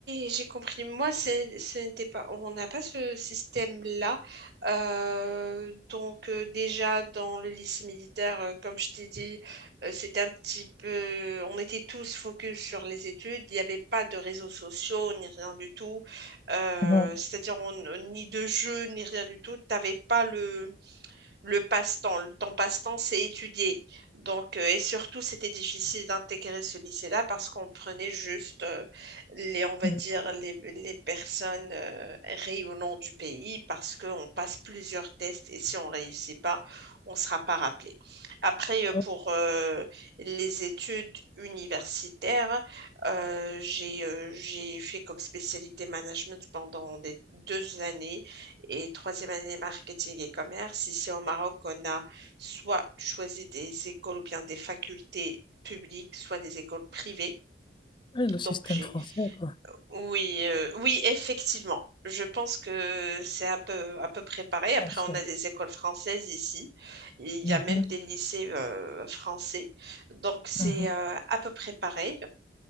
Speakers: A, on the right; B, on the left.
A: j'ai compris. Moi, c'est- ce n'était pas, on n'a pas ce système-là. Euh, donc, euh, déjà, dans le lycée militaire, euh, comme je t'ai dit, euh, c'était un petit peu, on était tous focus sur les études. Il n'y avait pas de réseaux sociaux, ni rien du tout. Euh,
B: Mhm.
A: c'est-à-dire, on- ni de jeux, ni rien du tout. T'avais pas le, le passe-temps. Le- Ton passe-temps, c'est étudier. Donc, euh, et surtout, c'était difficile d'intégrer ce lycée-là parce qu'on prenait juste euh, les, on va
B: Mhm.
A: dire, les, les personnes euh, rayonnant du pays parce qu'on passe plusieurs tests et si on réussit pas, on sera pas rappelé. Après, euh, pour
B: Oh,
A: euh, les études universitaires, euh, j'ai euh, j'ai fait comme spécialité management pendant des deux années et troisième année marketing et commerce. Ici au Maroc, on a soit tu choisis des écoles ou bien des facultés publiques, soit des écoles privées.
B: ouais, Le
A: Donc
B: système
A: j'ai
B: français, quoi.
A: oui, euh, oui, effectivement. Je pense que c'est à peu, à peu préparé. Après,
B: bien sûr.
A: on a des écoles françaises ici. Il y
B: Mhm,
A: a même des lycées euh, français. Donc, c'est
B: mhm,
A: euh, à peu près pareil